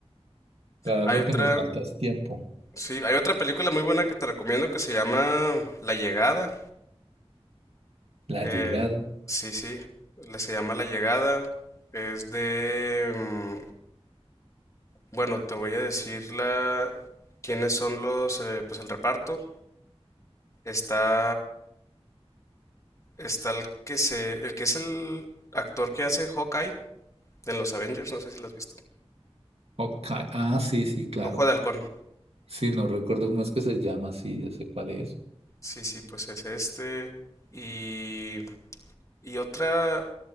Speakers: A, on the right (about 70°); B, on the left (about 30°).
A: Claro,
B: Hay
A: lo
B: otra,
A: que nos falta es tiempo.
B: sí, hay otra película muy buena que te recomiendo que se llama La Llegada,
A: La
B: Eh,
A: llegada.
B: sí, sí, le- se llama La Llegada. Es de... mm, Bueno, te voy a decir la... quiénes son los... eh, pues el reparto. Está... Está el que se... El que es el actor que hace Hawkeye en los Avengers, no sé si lo has visto.
A: Hawkeye. Ah, sí, sí, claro.
B: Ojo de Halcón.
A: Sí, no recuerdo cómo es que se llama, sí, ya sé cuál es.
B: Sí, sí, pues es este. Y... Y otra...